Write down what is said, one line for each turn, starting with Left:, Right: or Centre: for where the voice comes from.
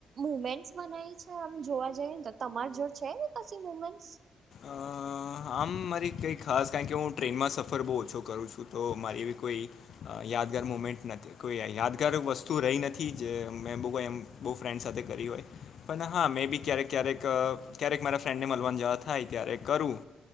Right: મુમેન્ટસ બનાયઈ છે આમ જોવા જઈએ ને તો તમાર જોડે છે એવી કસી મુમેન્ટસ
Left: અ આમ મારી કંઈ ખાસ કારણ કે હું ટ્રેનમાં સફર બહુ ઓછો કરું છું તો મારી એવી કોઈ યાદગાર મુમેન્ટ નથી કોઈ યાદગાર વસ્તુ રહી નથી જે મેં બહું કોઈ એમ બહુ ફ્રેન્ડ સાથે કરી હોય પણ હા મેં બી ક્યારેક ક્યારેક ક્યારેક મારા ફ્રેન્ડને મળવાની જાત થાય ક્યારે કરું